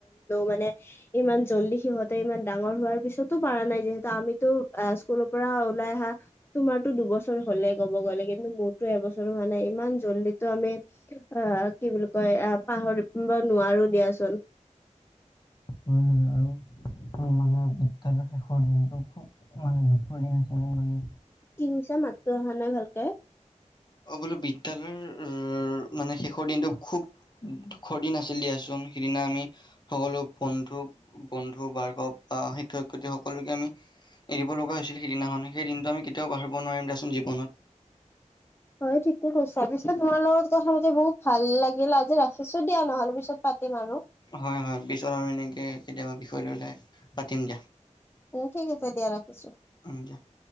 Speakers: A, on the left; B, on the left.
A: মানে- ইমান জল্দি সিহঁতে ইমান ডাঙৰ হোৱাৰ পিছতো পৰা নাই, যিহেতু আমিতো আ, স্কুলৰ পৰা ওলাই আহা তোমাৰতো দুবছৰ হ'লে ক'ব গ'লে, কিন্তু মোৰতো এবছৰো হোৱা নাই। ইমান জল্দি টো আমি অ' কি বুলি কয় আহ' পাহৰিব নোৱাৰো দিয়াচোন। <inaudible>
B: হয় হয় আৰু মানে বিদ্যালয়ৰ শেষৰ দিনটো খুব মানে দুখৰ দিন হিচাপে মানি,
A: কি কৈছা মাততো অহা নাই ভালকে।
B: অ, বোলো বিদ্যায়ালয়ৰ মানে শেষৰ দিনটো খুব সুখৰ দিন আছিলে দিয়াচোন সিদিনা আমি। সকলো বন্ধু-বন্ধু বাৰ্গৱ বা শিক্ষয়-শিক্ষয়িত্ৰী সকলোকে আমি এৰিব লগা হৈছিল, সিদিনাখন সেইদিনটো আমি কেতিয়াও পাহৰিব নোৱাৰিম দিয়াচোন জীৱনত।
A: বাৰু ঠিকে কৈছা, পিছে তোমাৰ লগত কথা পাতি বহুত ভাল লাগিল। আজি ৰাখ থৈছো দিয়া নহ'লে পিছত পাতিম আৰু।
B: হয়-হয়, পিছত আৰু এনেকে কেতিয়াবা বিষয় লৈ উলাই পাতিম দিয়া।
A: উম, ঠিক আছে দিয়া ৰাখিছো।
B: ন এতিয়া <unintelligible>